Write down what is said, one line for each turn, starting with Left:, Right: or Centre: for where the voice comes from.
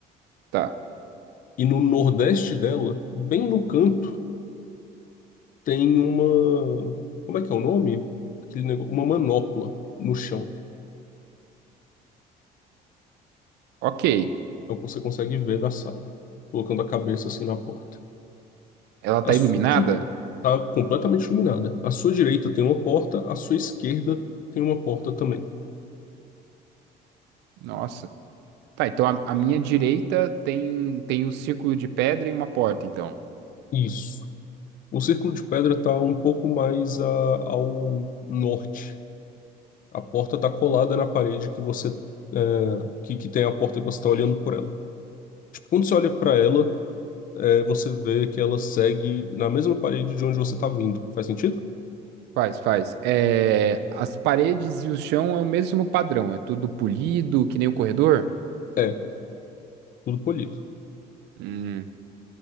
Right: tá.
Left: E no nordeste dela, bem no canto, tem uma, como é que é o nome? Aquele negócio, uma manopla no chão.
Right: Ok.
Left: É o que você consegue ver da sala, colocando a cabeça assim na porta.
Right: Ela
Left: A
Right: tá
Left: sua
Right: iluminada?
Left: direita está completamente iluminada. À sua direita tem uma porta, à sua esquerda tem uma porta também.
Right: Nossa. Tá, então a, a minha direita tem tem um círculo de pedra e uma porta, então.
Left: Isso. O círculo de pedra está um pouco mais a- ao norte. A porta está colada na parede que você é, que, que tem a porta que você está olhando por ela. Tipo, quando você olha para ela, é, você vê que ela segue na mesma parede de onde você está vindo. Faz sentido?
Right: Faz, faz. É, as paredes e o chão é o mesmo padrão, é tudo polido, que nem o corredor?
Left: É, tudo polido.
Right: Hum,